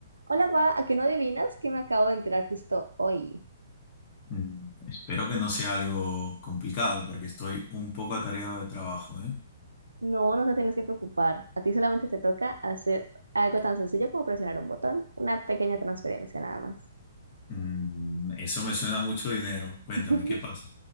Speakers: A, on the right; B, on the left.
A: Hola, pa, ¿a qué no adivinas que me acabo de enterar justo hoy?
B: Mm, Espero que no sea algo complicado porque estoy un poco atareado de trabajo, ¿eh?
A: No, no te tienes que preocupar. A ti solamente te toca hacer algo tan sencillo como presionar un botón, una pequeña transferencia nada más.
B: Mm, eso me suena a mucho dinero. Cuéntame,
A: <laughs>
B: ¿qué pasa?